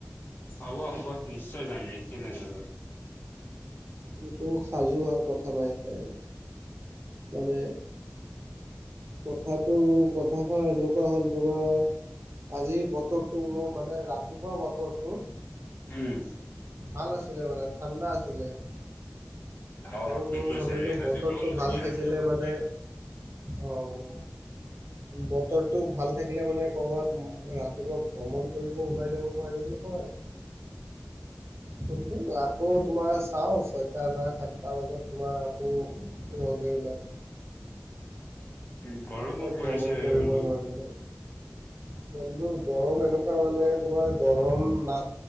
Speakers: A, on the left; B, on the right.
A: হ'ব হ'ব নিশ্চয় যাম কিয় নাযাম।
B: এইটো সাজু হোৱাৰ কথা নাই ইটে মানে কথাটো কথাষাৰ এনেকুৱা হ'ল তোমাৰ আজি বতৰটো মানে ৰাতিপুৱা বতৰটো
A: উম,
B: ভাল আছিলে মানে ঠাণ্ডা আছিলে।
A: অ',
B: ত'মই
A: ঠিক কৈছা
B: ভাবিলো
A: ৰে আজি
B: বতৰটো
A: বহুত ধুনীয়া
B: ভাল থাকিলে
A: আছিলে বতৰ।
B: মানে অ', বতৰটো ভাল থাকিলে মানে ক'ৰবাত ৰাতিপুৱা ভ্ৰমণ কৰিব ওলাই যাব পাৰিবি নহয় কিন্তু <unintelligible> আকৌ তোমাৰ চাও ছয়টা না সাতটা বজাত তোমাৰ আকৌ ৰ'দে ওলাই।
A: <inaudible> গৰমো
B: ত
A: পৰিছে
B: ভ্ৰমণ কৰিবই
A: বন্ধু।
B: নোৱাৰিলোঁ। বন্ধু গৰম এনেকুৱা মানে তোমাৰ গৰম না